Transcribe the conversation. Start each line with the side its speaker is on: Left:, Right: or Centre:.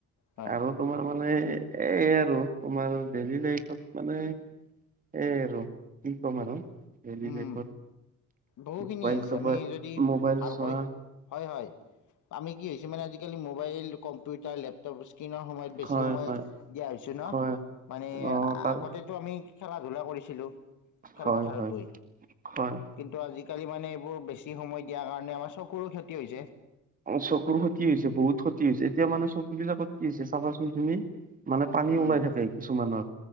Left: হয়।
Right: আৰু তোমাৰ মানে মানে এই আৰু তোমাৰ ডেইলি লাইফত মানে। এ কি কম আৰু দেলিলাইফত
Left: উম, বহুখিনি
Right: মোবাইলটো
Left: আছে আমি
Right: পৰা
Left: যদি
Right: মোবাইল
Left: ভালকৈ
Right: চোৱা।
Left: হয় হয় আমি কি হৈছো মানে আজিকালি মোবাইল, কম্পিউটাৰ, লেপটপ স্ক্ৰীনৰ সময়ত বেছি
Right: হয়
Left: সময়
Right: হয়
Left: দিয়া হৈছে। ছো ন
Right: হয়
Left: মানে
Right: অ তাৰ
Left: আগতেটো আমি খেলা ধূলা কৰিছিলো খেলপথাৰত
Right: হয় হয়
Left: গৈ।
Right: হয়
Left: কিন্তু আজিকালি মানে এইবোৰ বেছি সময় দিয়াৰ কাৰণে আমাৰ চকুৰো ক্ষতি হৈছে।
Right: অ চকুৰ ক্ষতি হৈছে বহুত ক্ষতি হৈছে এতিয়া মানে চকু বিলাকত কি হৈছে চাবাচোন তুমি। মানে পানী
Left: উম
Right: ওলাই থাকে কিছুমানৰ